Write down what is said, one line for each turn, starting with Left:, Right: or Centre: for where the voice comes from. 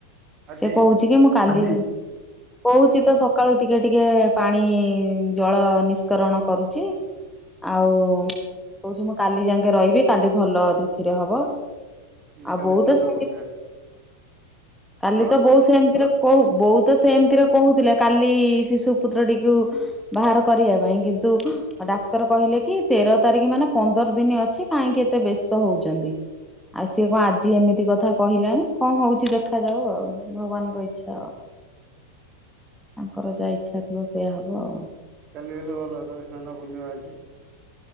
Right: ଆଜି
Centre: ସେ କହୁଛି କି ମୁଁ କାଲି କହୁଛି ତ ସକା ସକାଳୁ ଟିକେ ଟିକେ ପାଣି ଜଳ ନିଷ୍କରଣ କରୁଛି। ଆଉ କହୁଛି ମୁଁ କାଲି ଯାକେ ରହିବି କାଲି ଭଲ ତିଥିରେ ହବ। ଆଉ
Right: କାଲି
Centre: ବୋଉ
Right: ସ୍ନାନ
Centre: ତ <inaudible>
Right: ପୂର୍ଣ୍ଣିମା।
Centre: କାଲି
Right: କଣ
Centre: ତ ବୋଉ ସେମତିରେ କହୁ ବୋଉ ତ ସେମତିରେ କହୁଥିଲେ। କାଲି ଶିଶୁ ପୁତ୍ରଟିକୁ କା ବାହାର କରିବା ପାଇଁ କିନ୍ତୁ ଡାକ୍ତର କହିଲେ କି ତେର ତାରିଖ ମାନେ ପନ୍ଦର ଦିନ ଅଛି। କାହିଁକି ଏତେ ବ୍ୟସ୍ତ ହଉଛନ୍ତି? ଆଉ ସିଏ କଣ ଆଜି ଏମିତି କଥା କହିଲାଣି କଣ ହଉଛି ଦେଖାଯାଉ ଆଉ ଭଗବାନଙ୍କ ଇଚ୍ଛା ଆଉ। ତାଙ୍କର ଯାହା ଇଚ୍ଛା ଥିବ ସେଇଆ ହବ ଆଉ
Right: କାଲି ହେଲେ ଭଲ ହନ୍ତା ସ୍ନାନ ପୂର୍ଣିମା ଅଛି।